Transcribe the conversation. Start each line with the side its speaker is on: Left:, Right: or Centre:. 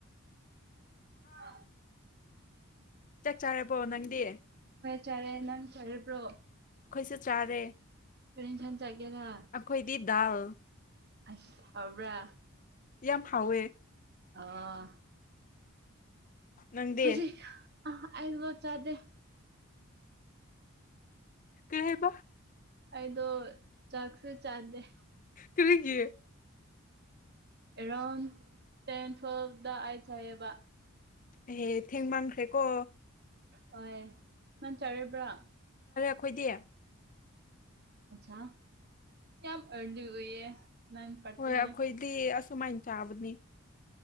Right: ꯍꯥ
Left: ꯆꯛ ꯆꯥꯔꯕꯣ ꯅꯪꯗꯤ
Right: ꯆꯔꯦ ꯅꯪ ꯆꯔꯕ꯭ꯔꯣ
Left: ꯈꯣꯏꯁꯨ ꯆꯥꯔꯦ
Right: ꯀꯔꯤ ꯢꯟꯁꯥꯡ ꯆꯒꯦꯔ
Left: ꯑꯩꯈꯣꯏꯗꯤ ꯗꯥꯜ
Right: ꯑꯁ ꯍꯥꯎꯕ꯭ꯔꯥ
Left: ꯌꯥꯝ ꯍꯥꯎꯋꯦ
Right: ꯑ
Left: ꯅꯪꯗꯤ
Right: ꯍꯧꯖꯤꯛ ꯑꯥ ꯉꯥ ꯆꯗꯦ
Left: ꯀꯔꯤ ꯍꯥꯏꯕ
Right: ꯑꯩꯗꯣ ꯆꯥꯛꯁꯨ ꯆꯥꯗꯦ
Left: ꯀꯔꯤꯒꯤ
Right: ꯊꯦꯡꯀꯤꯌꯨ ꯑꯦꯔꯥꯎꯟ ꯇꯦꯟ ꯇꯨꯋꯦꯜꯐꯇ ꯑꯩꯥꯊꯣꯛꯑꯕ
Left: ꯑꯦꯍꯦ ꯊꯦꯡꯃꯟꯈ꯭ꯔꯦꯀꯣ
Right: ꯍꯣꯏ ꯉꯪ ꯆꯥꯔꯥꯕ꯭ꯔꯥ
Left: ꯈꯣꯏꯗꯤ
Right: ꯑꯆꯥ ꯌꯥꯝ ꯑꯔꯂꯤ ꯑꯣꯏꯌꯦ ꯅꯪ ꯄꯥꯔꯇꯤꯅꯦ
Left: ꯍꯣꯏ ꯑꯈꯣꯏꯗꯤ ꯑꯁꯨꯃꯥꯏꯟ ꯆꯥꯕꯅꯤ